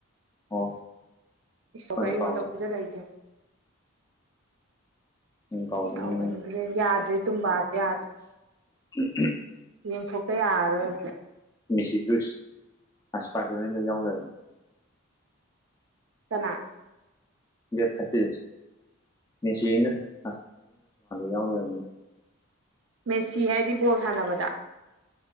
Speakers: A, on the left; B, on the right.
A: ꯑꯣ
B: ꯏꯁꯧꯗꯣ
A: ꯈꯪꯗꯦ
B: ꯑꯩꯉꯣꯟꯗ
A: ꯀꯥꯎꯔꯦ
B: ꯑꯣꯟꯖꯤꯜꯂꯛꯏꯁꯦ
A: ꯎꯝ ꯀꯥꯎꯕꯅꯤ
B: ꯀꯥꯎꯒꯟꯈ꯭ꯔꯦ ꯌꯥꯗ꯭ꯔꯦ ꯇꯨꯝꯕꯥꯗꯣ ꯌꯥꯗ꯭ꯔꯦ
A: <unintelligible>
B: ꯌꯦꯡꯊꯣꯛꯇ ꯌꯥꯔꯔꯣꯏ ꯑꯝꯇ
A: ꯃꯤꯁꯤ ꯒ꯭ꯔꯨꯁ ꯑꯁꯄꯥꯗꯃꯦꯟꯗꯣ ꯌꯥꯎ ꯂꯩꯔꯝꯃꯦ
B: ꯀꯅꯥ
A: ꯗꯦꯠ ꯊꯥꯔꯇꯤ ꯃꯦꯁꯤ ꯍꯣꯏꯅ <unintelligible> ꯌꯥꯎ ꯂꯩꯔꯝꯃꯦ
B: ꯃꯦꯁꯤ ꯍꯥꯏꯗꯤ ꯕꯣꯜ ꯁꯥꯟꯅꯕꯗ